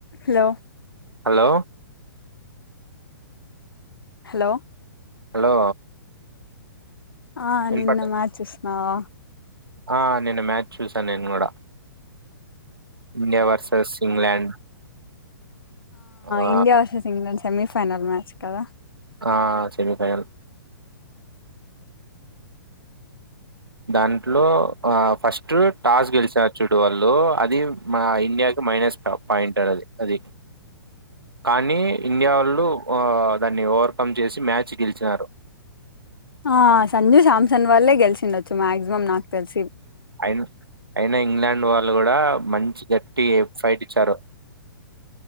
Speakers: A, on the left; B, on the right.
A: Hello
B: hello.
A: హలో.
B: హలో.
A: ఆ
B: వినపడత
A: నిన్న మ్యాచూశ్నావ.
B: ఆ నిన్న మ్యాచ్చూసా నేను గూడ. ఇండియా వర్సెస్ ఇంగ్లాండ్ ఆ.
A: India versus England semifinal match కద.
B: ఆ సెమీఫైనల్ దాంట్లో ఆ ఫస్ట్ టాస్ గెలిచార్ చూడు వాళ్ళు అది మా ఇండియాకి మైనస్ ట పాయింటరది అది. కానీ ఇండియా వళ్ళు దాన్ని ఓవర్కమ్ చేసి మ్యాచ్ గెలిచినారు.
A: ఆ సంజు సామ్సన్ వాళ్లే గెలిసిండొచ్చు మాక్సిమం నాక్ తెల్సి.
B: ఐన్ ఐనా ఇంగ్లాండ్ వాళ్ళు గుడా మంచి గట్టి ఫైటిచ్చారు.